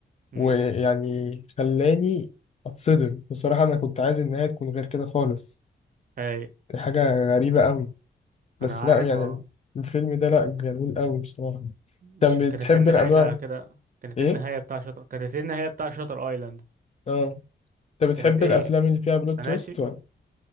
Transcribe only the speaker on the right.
امم
اي
انا عارف
اه
مش
كانت
هي النهايه
كده كانت
هي النهايه بتاع شطر كانت هي النهايه بتاع شطر ايلاند
كانت ايه
انا
ناسي